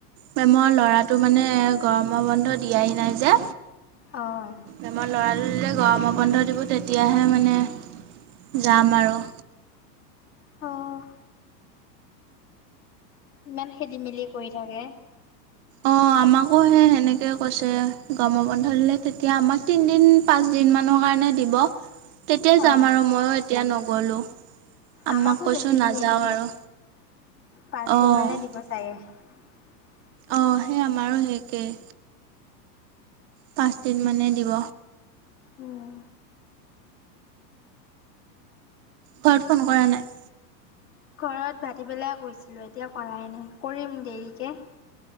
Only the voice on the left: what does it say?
অঁ
অ' ইমান খেলি মেলি কৰি থাকে।
অঁ
আমাকো
বেছি
দিন নিদিয়ে
পাঁচদিন
<unintelligible>
উম,
ঘৰত ভাটিবেলাই কৰিছিলো এতিয়া কৰাই নাই কৰিম দেৰিকে।